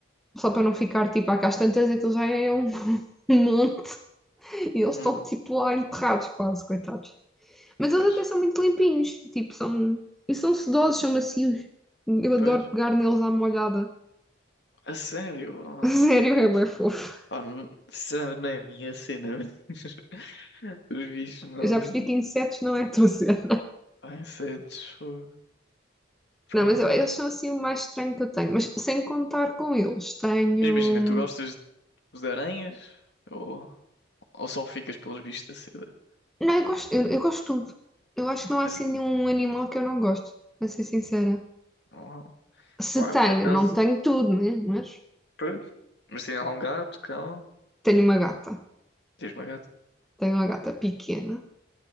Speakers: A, in the centre; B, on the left.
A: Só para não ficar tipo ah, cá às tantas, aquilo já é um <laughs> monte e eles
B: Hum,
A: estão tipo lá enterrados quase, coitados. Mas
B: pois,
A: eles até são muito limpinhos, tipo, são. E são sedosos, são macios. Eu
B: pois.
A: adoro pegar neles à molhada.
B: A sério?
A: <laughs>
B: Ah,
A: Sério, é bem fofo.
B: pá, n- sinceramente não é a minha cena. <laughs> mas Os bichos não.
A: Eu já percebi que insetos não é tudo cena.
B: Pá, insetos. fogo. Pá.
A: Não, mas eu- eles são assim o mais estranho que eu tenho. Mas sem contar com eles, tenho.
B: Mas imagina, tu gostas de aranhas ou, ou só ficas pelos bichos da seda?
A: Não, eu gosto, eu, eu gosto de tudo. Eu acho que não há
B: Assim?
A: assim nenhum animal que eu não gosto, para ser sincera.
B: Não,
A: Se
B: pá,
A: tenho,
B: por acaso.
A: não tenho tudo, né? Mas
B: Pois. Mas tem lá um gato, cão.
A: tenho uma gata.
B: Tens uma gata?
A: Tenho uma gata pequena,